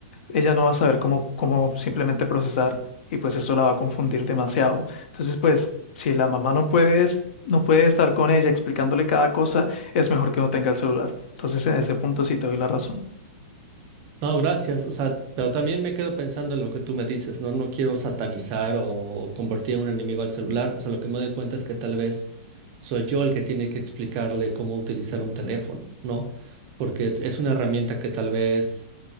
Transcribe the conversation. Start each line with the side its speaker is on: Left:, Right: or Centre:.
Left: ella no va a saber cómo, cómo simplemente procesar y pues eso la va a confundir demasiado. Entonces, pues si la mamá no puede, es- no puede estar con ella explicándole cada cosa, es mejor que no tenga el celular. Entonces, en ese punto sí te doy la razón.
Right: No, gracias. O sea, pero también me quedo pensando en lo que tú me dices, ¿no? No quiero satanizar o convertir en un enemigo al celular. O sea, lo que me doy cuenta es que tal vez soy yo el que tiene que explicarle cómo utilizar un teléfono, ¿no? Porque es una herramienta que tal vez